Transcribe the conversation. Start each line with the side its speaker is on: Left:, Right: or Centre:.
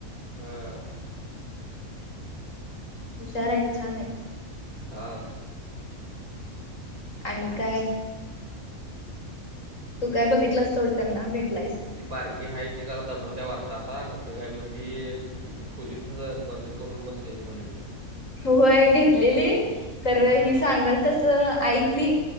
Right: हम्म,
Left: हुशार आहेत छान आहे.
Right: हा,
Left: आणि काय, तू काय बघितलास सोड त्यांना भेटलिस,
Right: ती बारकी आहे ती जरा दमवत्या वाढत आता कुट काय मध्ये, खोलीतच बंद करून बसलेली म्हण ही,
Left: होय घेतलेली तर
Right: हां
Left: हि सांगाल तस ऐकली!